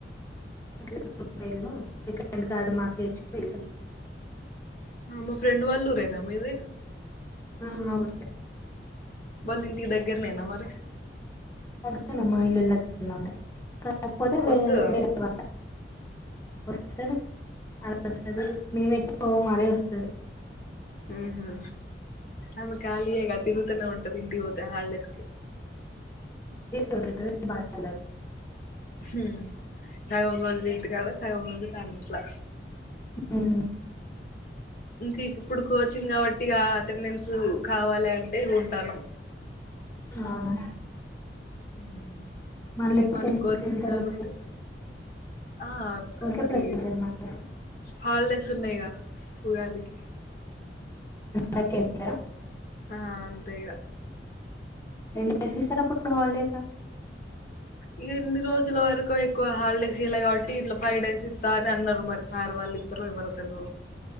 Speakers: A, on the left; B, on the left.
A: అట్లా వెళ్ళు సెకడ్ కార్డు మాకేచ్చ వెళ్ళు
B: ఆ మా ఫ్రెండ్ వాళ్ళు ఊరేదా మీది
A: ఆ అవును లే
B: వాళ్ళింటికి దగ్గరనేనా మరి
A: మాల్ మా ఇల్లులు దగ్గరనే ఉంటాయి కానీ కాకపోతే వేరే
B: వత్తదా
A: వాళ్ళ వస్తది అలా వస్తది మేము ఓ మరే వస్తది
B: ఉహో ఆమె ఖాళీయే కాదా తిరుగుతనే ఇంటికి పోతే ద హాలిడేస్ కి
A: తిరుగుతది బాధ పల్లె
B: హ సగం రోజులు ఇంటికాడ సగా రోజులు కాదు ఇట్లా
A: ఉమ్,
B: ఇంకా ఇప్పుడు కోచింగ్ కాబట్టి ఆ అటెండెన్స్ కావాలి అంటే ఉంటాను
A: అవునా
B: ఉ
A: మళ్ళీ
B: త్రీ
A: ఎప్పటికి
B: మంత్స్
A: వెళ్-
B: కోచింగ్
A: వెళ్తారు
B: కాబట్టి
A: ఊరికి
B: ఆ
A: ఊరికి ఎప్పుడు
B: అది
A: వెళ్తారు మళ్ళీ
B: హాలిడేస్ ఉన్నాయిగా ఉగాదికి
A: పండకెంత
B: ఆ అంతే ఇగా
A: ఎన్ని డేస్ ఇస్తారు అప్పుడు హాలిడేస్
B: ఇక ఇన్ని రోజుల వరకు ఎక్కువ హాలిడేస్ ఇలా కాబట్టి ఇట్లో ఫైవ్ డేస్ ఇత్త అని అన్నారు మరి సార్ వాళ్ళు ఇత్తరో ఇవ్వరో మరి తెల్వదు